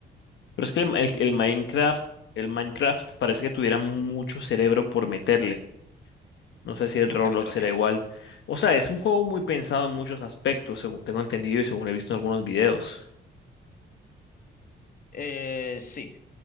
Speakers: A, on the left; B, on the left.
A: Pero es que el, el- el Minecraft, el Minecraft parece que tuviera mucho cerebro por meterle. No sé si el Roblox
B: ¿A qué te refieres?
A: será igual. O sea, es un juego muy pensado en muchos aspectos, según tengo entendido y según he visto en algunos videos.
B: Eh, sí,